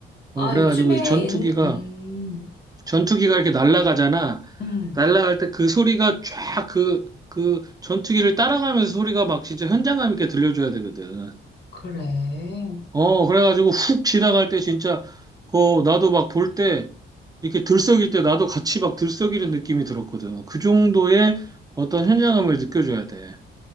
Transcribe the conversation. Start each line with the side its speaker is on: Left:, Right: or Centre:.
Right: 어,
Left: 아,
Right: 그래가지고
Left: 요즘에
Right: 이 전투기가,
Left: 옛, 음,
Right: 전투기가 이렇게 날아가잖아.
Left: 음,
Right: 날아갈 때 그 소리가 쫙 그, 그 전투기를 따라가면서 소리가 막 진짜 현장감 있게 들려줘야 되거든.
Left: 그래.
Right: 어, 그래가지고 훅 지나갈 때 진짜, 그, 나도 막 볼 때, 이렇게 들썩일 때 나도 같이 막 들썩이는 느낌이 들었거든. 그 정도의 어떤 현장감을 느껴줘야 돼.